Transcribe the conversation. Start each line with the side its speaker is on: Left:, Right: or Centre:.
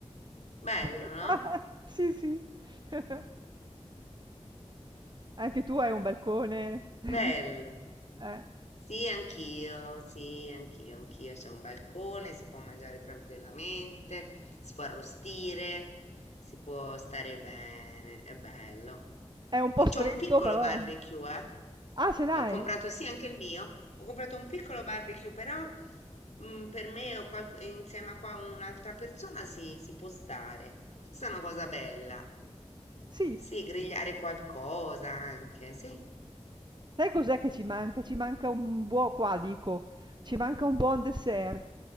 Left: bello,
Right: <laughs>
Left: no?
Right: Sì, sì. <laughs>
Left: <laughs>
Right: Anche tu hai un balcone. <laughs>
Left: Bello.
Right: Eh,
Left: Sì, anch'io, sì, anch'io, anch'io. C'è un balcone, si può mangiare tranquillamente, si può arrostire, si può stare bene, è bello.
Right: È un
Left: C'ho
Right: po' stretto,
Left: un piccolo
Right: però.
Left: barbecue, eh?
Right: Ah, ce l'hai?
Left: Ho comprato, sì, anche il mio. Ho comprato un piccolo barbecue, però mm, per me o qualc- insieme a qua un'altra persona sì, si può stare. Questa è una cosa bella.
Right: Sì.
Left: Sì, grigliare qualcosa anche, sì.
Right: Sai cos'è che ci manca? Ci manca un buo qua dico, ci manca un buon dessert.